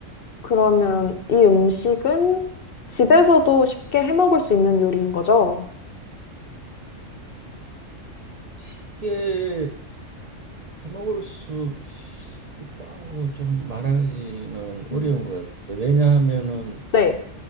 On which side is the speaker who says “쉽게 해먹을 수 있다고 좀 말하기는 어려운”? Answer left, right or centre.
Right